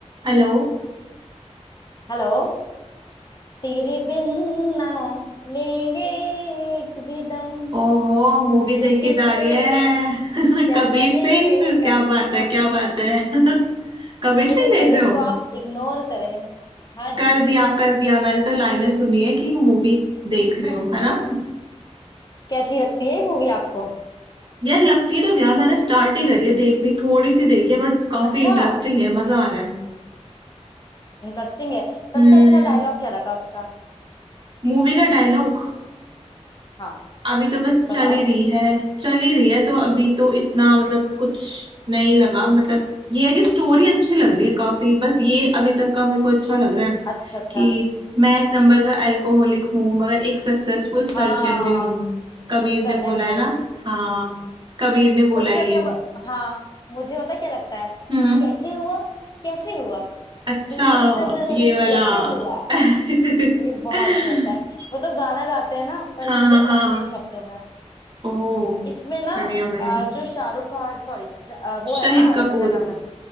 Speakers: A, on the right; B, on the left.
A: Hello
B: Hello तेरे बिन ना लेंगे एक भी दम
A: ओहो movie
B: तुझे
A: देखी
B: कितना
A: जा रही है <laughs>
B: चाहने
A: कबीर सिंह
B: लगे
A: क्या बात
B: हम
A: है क्या बात है <laughs> कबीर
B: मेरे
A: सिंह देख
B: गले
A: रहे हो
B: को आप इग्नोर करें हाँ
A: कर
B: जी
A: दिया कर दिया मैंने तो लाइनें सुनी है कि मूवी देख
B: <laughs>
A: रहे हो है ना
B: कैसी लगती है मूवी आपको
A: यार लगती तो गया मैंने स्टार्ट ही करी है देखनी थोड़ी सी देखी है बट काफी
B: अच्छा
A: इंटरेस्टिंग है मजा आ रहा है
B: इंटरेस्टिंग है सबसे
A: हम्म
B: अच्छा डायलॉग क्या लगा उसका
A: मूवी का डायलॉग
B: हाँ
A: अभी तो बस चल
B: बताओ
A: ही रही है चल ही रही है तो अभी तो इतना मतलब कुछ नहीं लगा मतलब ये है कि स्टोरी अच्छी लग रही है काफी बस ये अभी तक का मेरे को अच्छा लग रहा है
B: अच्छा अच्छा
A: कि मैं एक नंबर का अल्कोहलिक हूँ मगर एक सक्सेसफुल सर्जन
B: हाँ
A: भी हूँ कबीर ने
B: सर्जन
A: बोला
B: भी
A: है
B: है
A: ना हाँ कबीर ने बोला
B: सबसे
A: है
B: अच्छा
A: ये
B: ब... हाँ मुझे पता क्या लगता है
A: हम्म
B: कैसे हुआ कैसे हुआ
A: अच्छा
B: तू इतना जरूरी
A: ये वाला
B: कैसे हुआ
A: <laughs>
B: ये बहुत अच्छा लगता है वो तो गाना गाते हैं ना पर
A: हाँ
B: मुझे
A: हाँ हाँ
B: अपने शब्दों में
A: ओ
B: इसमें ना
A: बढ़िया बढ़िया
B: अ, जो शाहरुख खान सॉरी वो
A: शहीद
B: है ना
A: कपूर
B: क्या नाम है